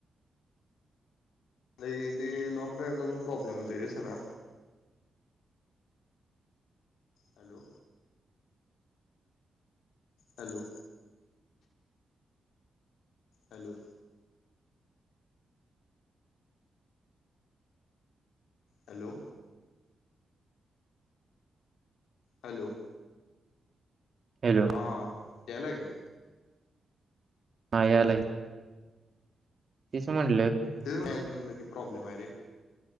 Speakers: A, on the left; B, on the right.
A: नाही, ते लॉन्ग ड्राईव्ह लागून प्रॉब्लेम होतय रे सगळा. Hello. Hello. Hello. Hello. Hello.
B: Hello
A: हा हा यायलाय काय?
B: हा यायलाय. तस म्हण.
A: ते नाहीच म्हनल की प्रॉब्लेम आहे रे,